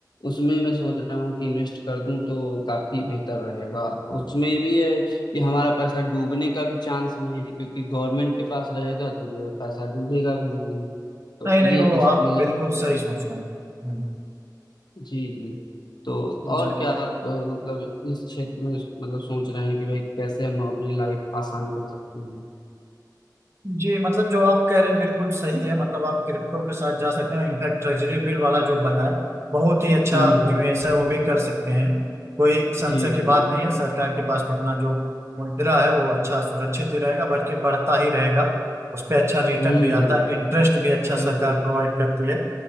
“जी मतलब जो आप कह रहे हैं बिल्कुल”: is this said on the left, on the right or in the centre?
Right